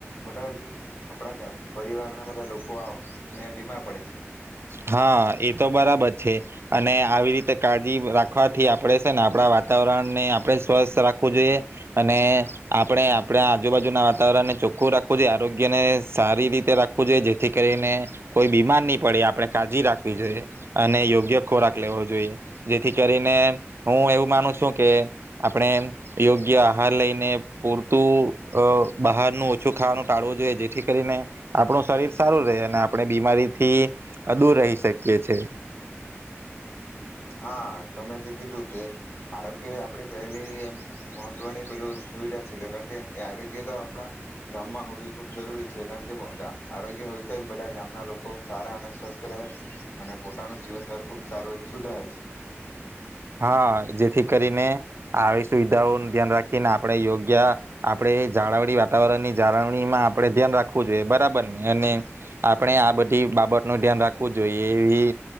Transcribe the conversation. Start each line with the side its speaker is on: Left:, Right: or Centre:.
Left: બધા જ આપણા પરિવારના બધા લોકોને બીમાર પડે છે.
Right: હા એતો બરાબર છે, અને આવી રીતે કાળજી રાખવાથી આપણેે છે, ને આપણા વાતાવરણને આપણે સ્વસ્થ રાખવું જોઈએ અને આપણે આપણા આજુબાજુના વાતાવરણને ચોખ્ખું રાખવું જોઈએ આરોગ્યને સારી રીતે રાખવું જોઈએ જેથી કરીને કોઈ બીમાર નહી પડે કાજી રાખવી જોઈએ અને યોગ્ય ખોરાક લેવો જોઈએ જેથી કરીને હું એવું માનું છું કે આપણે યોગ્ય આહાર લઈને પૂરતું બહારનું ઓછું ખાવાનું ટાળવું જોઈએ જેથી કરીને આપણું શરીર સારું રહે અને આપણે બીમારીથી આધૂર રહી શકીએ છે.
Left: હા તમે જે કીધું કે આરોગ્ય આપણી પહેલી એ મહત્વની પેલું સુવિધા છે કારણ કે એ આરોગ્ય તો આપણા ગામમાં હોવી ખૂબ જરૂરી છે કારણ કે આરોગ્ય હોય તો જ બધા ગામના લોકો સારા અને સ્વસ્થ રહે અને પોતાનું જીવન દર ખૂબ સારું એવું સુધારે <inaudible>
Right: હા જેથી કરીને આવી સુવિધાઓનું ધ્યાન રાખીને આપણે યોગ્ય આપણે જાળવણી વાતાવરણની જાળવણીમાં આપણે ધ્યાન રાખવું જોઈએ બરાબર ને અને આપણે આ બધી બાબત નું ધ્યાન રાખવું જોઈએ એવી